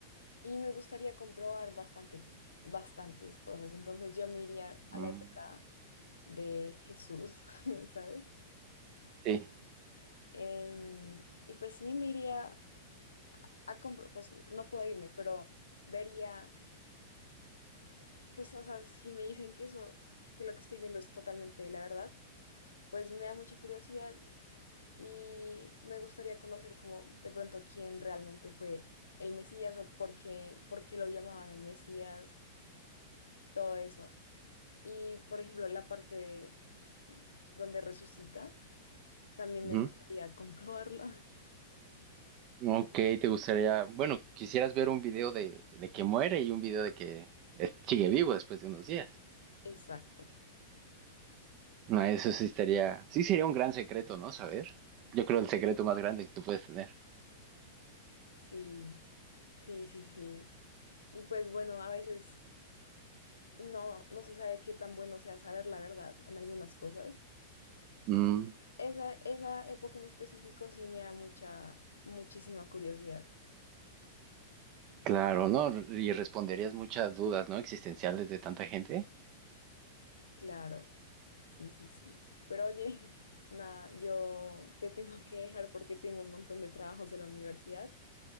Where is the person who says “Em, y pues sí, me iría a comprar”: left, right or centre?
Left